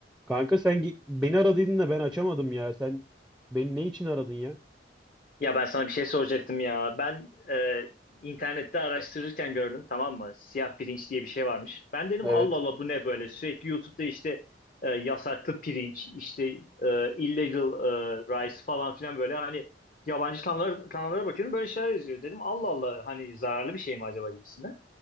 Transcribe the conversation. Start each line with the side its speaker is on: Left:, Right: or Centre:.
Centre: Kanka sen gi- beni aradıydın da ben açamadım ya. Sen beni ne için aradın ya?
Left: Ya ben sana bir şey soracaktım ya. Ben e, internette araştırırken gördüm tamam mı? Siyah pirinç diye bir şey varmış. Ben dedim
Centre: Evet.
Left: Allah Allah bu ne böyle? Sürekli YouTube'da işte e, yasaklı pirinç, işte e, illegal e, rice falan filan böyle hani yabancı kanallara, kanallara bakıyorum böyle şeyler yazıyor. Dedim Allah Allah hani zararlı bir şey mi acaba gibisinden.